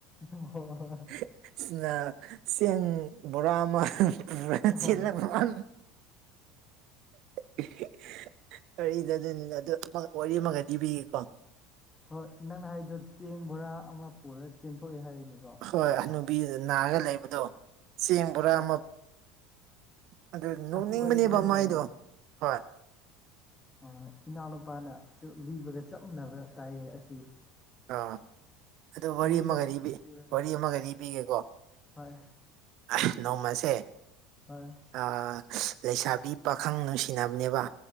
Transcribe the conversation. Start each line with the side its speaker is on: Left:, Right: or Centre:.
Left: ꯍ ꯍ <unintelligible>
Right: <unintelligible> ꯆꯦꯡ ꯕꯣꯔꯥ ꯑꯃ ꯄꯨꯔꯥ ꯆꯦꯜꯂꯛꯕꯩ
Left: ꯑꯣ
Right: ꯋꯥꯅꯤ <inaudible> ꯑꯩꯅ ꯑꯗꯨꯅꯤꯅ ꯑꯗꯨ ꯑꯃꯒ ꯋꯥꯔꯤ ꯑꯃꯒ ꯂꯤꯕꯤꯒꯦꯀꯣ
Left: ꯍꯣꯏ ꯅꯪꯅ ꯍꯥꯏꯗꯨ ꯆꯦꯡ ꯕꯣꯔꯥ ꯑꯃ ꯄꯨꯔ ꯆꯦꯟꯊꯣꯛꯑꯦ ꯍꯥꯏꯔꯤꯅꯦ
Right: ꯍꯣꯏ ꯍꯥꯅꯨꯕꯤ ꯅꯥꯔ ꯂꯩꯕꯗꯣ ꯆꯦꯡ ꯕꯣꯔꯥ
Left: ꯑꯣ
Right: ꯑꯃ ꯑꯗꯨ ꯅꯣꯛꯅꯤꯡꯕꯅꯦꯕ
Left: ꯑꯁꯤ ꯋꯥꯔꯤ ꯍꯥꯏꯔꯒꯅꯦ
Right: ꯃꯥꯏꯗꯣ ꯍꯣꯏ
Left: ꯎꯝ ꯏꯅꯥꯎꯅꯨꯄꯥꯅ ꯖꯨ ꯂꯤꯕꯗ ꯆꯞ ꯃꯥꯟꯅꯕ ꯇꯥꯏꯌꯦ ꯑꯁꯤ
Right: ꯑꯥ ꯑꯗꯨ ꯋꯥꯔꯤ
Left: ꯂꯤꯔꯣꯅꯦ
Right: ꯑꯃꯒ ꯂꯤꯕꯤ
Left: ꯂꯤꯔꯣꯅꯦ
Right: ꯋꯥꯔꯤ ꯑꯃꯒ ꯂꯤꯕꯤꯒꯦꯀꯣ
Left: ꯍꯣꯏ
Right: ꯑꯦꯍ ꯅꯣꯡꯃꯁꯦ
Left: ꯍꯣꯢ
Right: ꯑꯥꯑꯥ ꯂꯩꯁꯥꯕꯤ ꯄꯥꯈꯪ ꯅꯨꯡꯁꯤꯅꯕꯅꯦꯕ